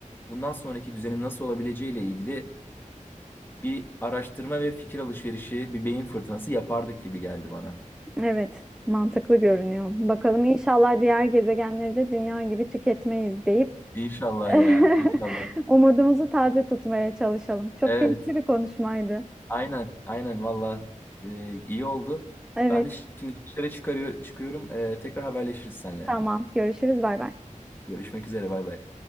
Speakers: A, on the left (about 15°); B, in the centre.
A: bundan sonraki düzenin nasıl olabileceğiyle ilgili bir araştırma ve fikir alışverişi, bir beyin fırtınası yapardık gibi geldi bana.
B: Evet, mantıklı görünüyor. Bakalım inşallah diğer gezegenleri de dünya gibi tüketmeyiz deyip
A: İnşallah
B: <laughs>
A: ya, inşallah.
B: umudumuzu taze tutmaya çalışalım. Çok
A: Evet,
B: keyifli bir konuşmaydı.
A: aynen, aynen valla e, iyi oldu.
B: Evet,
A: Ben de şimdi dışarı çıkarıyor, çıkıyorum. E, tekrar haberleşiriz seninle.
B: tamam. Görüşürüz. Bay bay.
A: Görüşmek üzere, bay bay.